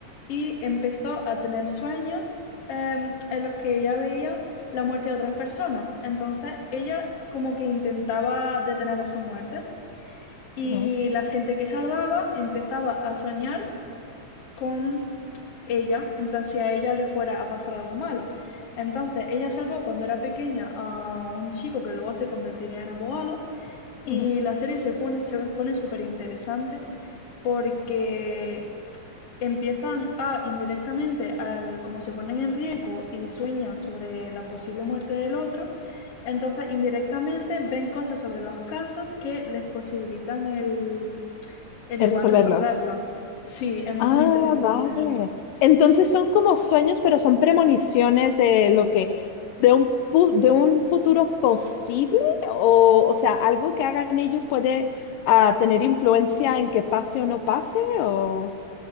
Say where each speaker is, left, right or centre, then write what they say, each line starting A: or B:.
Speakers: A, on the left; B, on the left.
A: y empezó a tener sueños em, en los que ella veía la muerte de otras personas. Entonces ella como que intentaba detener esas muertes Y
B: Ujú,
A: la gente que salvaba empezaba a soñar con ella, en plan si a ella le fuera a pasar algo malo. Entonces, ella salvó cuando era pequeña a un chico que luego se convertiría en abogado
B: ujú.
A: y la serie se pone, se pone súper interesante porque empiezan a indirectamente, al, como se ponen en riesgo y sueñan sobre la posible muerte del otro, entonces indirectamente ven cosas sobre los casos que les posibilitan el, el
B: El
A: igual
B: resolverlos.
A: resolverlo. Sí, es muy
B: Ah,
A: interesante.
B: vale. Entonces son como sueños, pero son premoniciones de lo que, de un, pu- de un futuro posible, o, o sea, algo que hagan ellos puede ah, tener influencia en que pase o no pase, o...